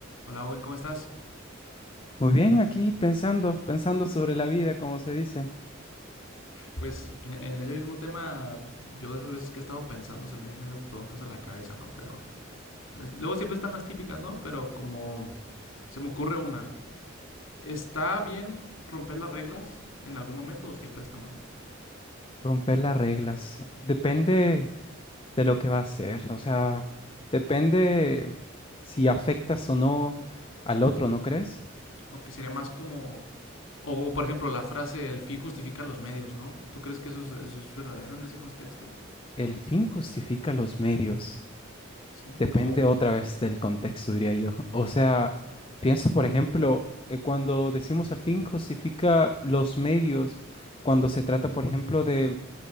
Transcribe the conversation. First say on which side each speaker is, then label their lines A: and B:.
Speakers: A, on the left; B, on the left.
A: Hola Owen, ¿cómo estás?
B: Muy bien, aquí pensando, pensando sobre la vida, como se dice,
A: Pues en, en ese mismo tema, yo de esas veces que he estado pensando, se me vienen luego preguntas a la cabeza, ¿no? Pero es- luego siempre están las típicas, ¿no? Pero como se me ocurre una, ¿está bien romper las reglas en algún momento o siempre está mal?
B: romper las reglas. Depende de lo que va a hacer, o sea, depende si afectas o no al otro, ¿no crees?
A: O que sería más como, o, o, por ejemplo la frase, el fin justifica los medios, ¿no? ¿Tú crees que eso es, eso es verdadero en ese contexto?
B: El fin justifica los medios.
A: Sí,
B: Depende
A: como...
B: otra vez del contexto, diría yo. <laughs> O sea, pienso, por ejemplo, eh, cuando decimos el fin justifica los medios, cuando se trata, por ejemplo, de,